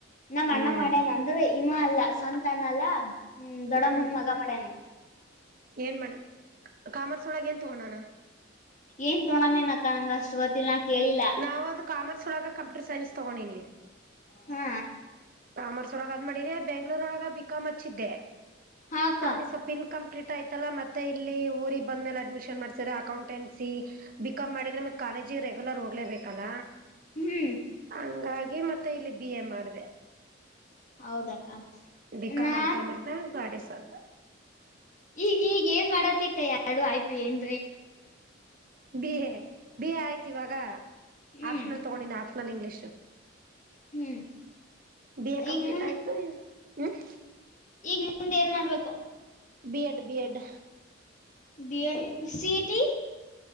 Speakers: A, on the left (about 40°); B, on the right (about 45°).
A: ನಮ್ಮ್
B: ಹ್ಮ್
A: ಅಣ್ಣ ಮಾಡ್ಯನ್ ಅಂದ್ರ ಇವ ಅಲ್ಲ ಸಂತ ಅಣ್ಣ ಅಲ್ಲ ಹ್ಮ ದೊಡ್ಡಮ್ಮನ್
B: ಹ್ಮ್
A: ಮಗ ಮಾಡೇನು
B: ಏನ್ ಮಾಡ ಕಾಮರ್ಸೊಳಗೆ ಏನ್ ತಗೋಡಣ.
A: ಏನ್ ತೋಗೊಂಡಾನೇನ ಅಕ್ಕ ನಂಗ ಅಷ್ಟು ಗೊತ್ತಿಲ್ಲ ನ ಕೇಳಿಲ್ಲಾ.
B: ನಾವು ಅದು ಕಾಮರ್ಸ್ ಒಳಗ ಕಂಪ್ಯೂಟರ್ ಸೈನ್ಸ್ ತಗೊಂಡಿನಿ.
A: ಹಾ
B: ಕಾಮರ್ಸ್ ಒಳಗ ಮಾಡಿ ಬೆಂಗ್ಗಳೂರ ಒಳಗ ಬಿಕಾಂ ಹಚ್ಚಿದ್ದೆ
A: ಹಾ ಅಕ್ಕ
B: ಅಲ್ಲಿ ಸ್ವಲ್ಪ ಇನ್ಕಂಪ್ಲೀಟ್ ಆಯ್ತು ಮತ್ತೆ ಇಲ್ಲಿ ಊರಿಗೆಗ್ ಬಂದ ಮೇಲೆ ಅಡ್ಮಿಶನ್ ಮಾಡ್ಸಾರೆ ಅಕೌಂಟೆನ್ಸಿ ಬಿಕಾಮ್ ಮಾಡಿದ್ರೆ ಮತ್ತೆ ಕಾಲೇಜಿ ಇ ರೆಗ್ಯುಲರ್ ಹೋಗ್ಲೇಬೇಕಲ್ಲ
A: ಹ್ಮ್
B: ಹಂಗಾಗಿ ಮತ್ತೆ ಇಲ್ಲಿ ಬಿ ಎ ಮಾಡ್ದೇ.
A: ಹೌದಕ್ಕ
B: ಬಿಕಾ
A: ನಾ
B: ಮರ್ದ ಮರ್ದ ಗಾಡಿ ಸಾಲ್ಪ.
A: ಈಗ ಈಗ ಏನ್ ಮಾಡತಿಕ್ಕ ಎರಡು ಆಯ್ತು ಏನ್
B: ಬಿ ಎ ಬಿ ಎ ಆಯ್ತ ಇವಾಗ
A: ಹ್ಮ್
B: ಆಪ್ಷನಲ್ ತಗೊಂಡಿನಿ ಆಪ್ಷನಲ್ ಇಂಗ್ಲಿಷು.
A: ಹ್ಮ್
B: ಬಿ ಎ ಕಂಪ್ಲೀಟ್
A: ಈಗ ಮುಂದ್
B: ಆಯ್ತು ಈಗ ಹ್ಮ್
A: ಮುಂದೆ ಏನ್ ಮಾಡ್ಬೇಕು.
B: B Ed B Ed
A: B Ed CET